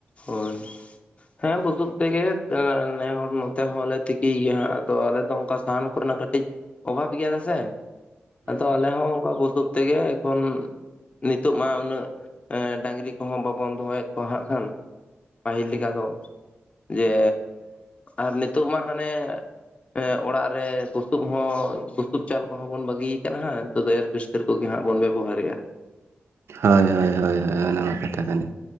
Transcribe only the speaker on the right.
ᱦᱳᱭ ᱦᱳᱭ ᱦᱳᱭ ᱦᱳᱭ ᱚᱱᱟ ᱢᱟ ᱠᱟᱛᱷᱟ᱾ ᱠᱟᱱ ᱜᱮ᱾